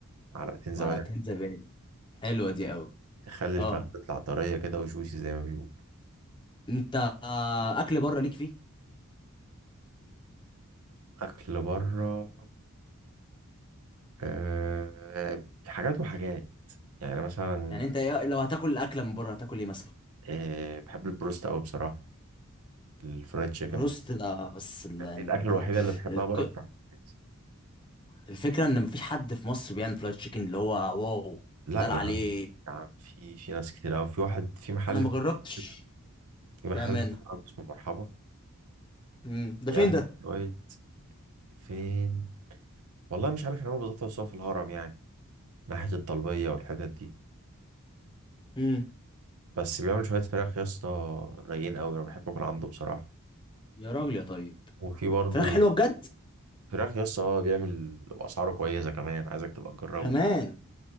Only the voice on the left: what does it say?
معلقتين زبادي حلوه دي قوي
اه
انت آه، اكل بره ليك فيه
يعني انت إيه لو هتاكل اكله من بره هتاكل ايه مثلا
بروست ده بس ال...
ال...
الك-
الفكره ان مفيش حد في مصر بيعمل فرايد تشيكن اللي هو واو
يتقال
عليه
انا ما
جربتش
بامانه
امم ده
فين ده
امم
يا راجل يا طيب
فراخ حلوه بجد
كمان